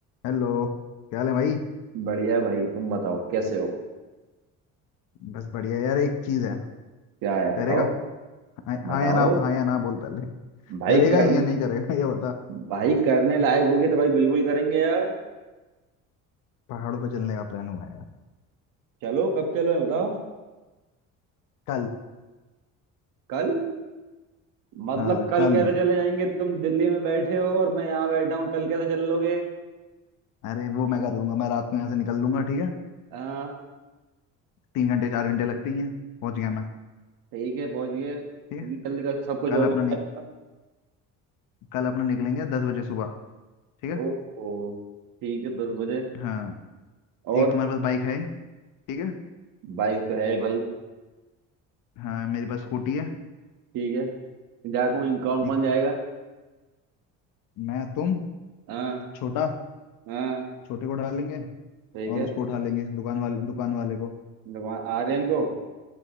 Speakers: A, on the left; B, on the right.
A: हेलो क्या हाल है भाई
B: बढ़िया भाई तुम बताओ कैसे हो
A: बस बढ़िया यार एक चीज है
B: क्या है
A: करेगा
B: बताओ
A: हाँ
B: बताओ
A: हाँ या ना हाँ या ना बोल पहले
B: भाई
A: करेगा
B: कर
A: या नहीं करेगा ये बता
B: भाई करने लायक होगी तो भाई बिल्कुल करेंगे यार
A: पहाड़ों पर चलने का प्लान हुआ है यार
B: चलो कब चलो ये बताओ
A: कल
B: कल मतलब
A: हाँ
B: कल
A: कल
B: कैसे चले जाएंगे तुम दिल्ली में बैठे हो और मैं यहाँ बैठा हूँ कल कैसे चल लोगे
A: अरे वो मैं कर लूंगा मैं रात में यहाँ से निकल लूंगा ठीक है
B: हाँ
A: तीन घंटे चार घंटे लगते ही हैं पहुंच गया मैं
B: ठीक है पहुँच गए इतनी
A: ठीक है
B: जल्दी का सब कुछ
A: कल
B: हो
A: अपना
B: गया
A: नि, कल अपना निकलेंगे दस बजे सुबह ठीक है
B: ओहो ठीक है दस बजे
A: हाँ
B: और
A: एक तुम्हारे पास बाइक है ठीक है
B: बाइक तो है भाई
A: हाँ मेरे पास स्कूटी है
B: ठीक है जा कौन कौन
A: एक
B: कौन जाएगा
A: मैं तुम
B: हाँ
A: छोटा
B: हाँ
A: छोटे को उठा लेंगे
B: ठीक
A: और
B: है
A: उसको उठा लेंगे दुकान वाले दुकान वाले को
B: दुकान आर्यन को